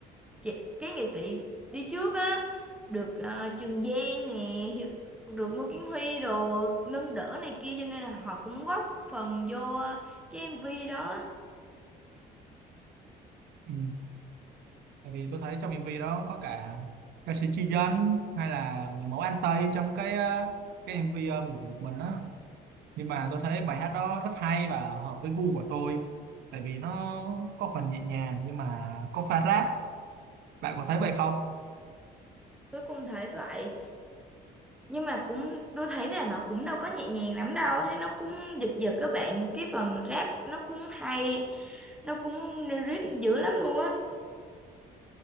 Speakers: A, in the centre; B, on the right.
A: chị- các nghệ sĩ đi trước á được ờ, Trường Giang nè Hiếu, được Ngô Kiến Huy đồ nâng đỡ này kia cho nên là họ cũng góp phần vô cái MV đó
B: ừ. tại vì tôi thấy trong MV đó có cả ca sĩ Chi Dân hay là người mẫu An Tây trong cái ờ, cái MV ờ, ngủ một mình đó nhưng mà tôi thấy bài hát đó rất hay và hợp với gu của tôi tại vì nó có phần nhẹ nhàng nhưng mà có pha rap bạn có thấy vậy không
A: tôi cũng thấy vậy nhưng mà cũng tôi thấy là nó cũng đâu có nhẹ nhàng lắm đâu thấy nó cũng giật giật các bạn cái phần rap nó cũng hay nó cũng lyric dữ lắm luôn á